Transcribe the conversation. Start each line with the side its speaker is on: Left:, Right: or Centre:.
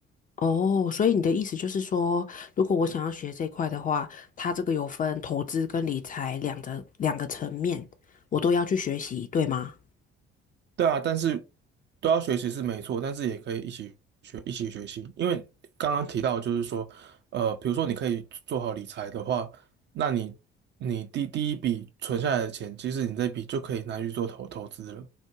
Left: 哦，所以你的意思就是说，如果我想要学这一块的话，它这个有分投资跟理财两个两个层面，我都要去学习，对吗？
Right: 对啊，但是都要学习是没错，但是也可以一起学，一起学习。因为刚刚提到，就是说，呃，比如说你可以做好理财的话，那你你第第一笔存下来的钱，其实你这笔就可以拿去做投投资了。